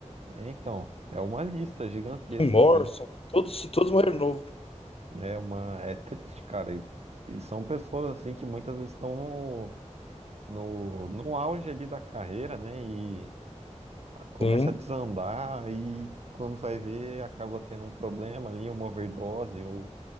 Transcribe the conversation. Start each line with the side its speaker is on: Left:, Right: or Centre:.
Right: é, então, é uma lista gigantesca
Left: Jim Morrison,
Right: assim.
Left: todos, todos morreram novo.
Right: É uma, é triste, cara. E, e são pessoas assim que muitas vezes estão no, no, no auge ali da carreira, né? E começa
Left: Sim,
Right: a desandar e quando vai ver acaba tendo um problema ali, uma overdose ou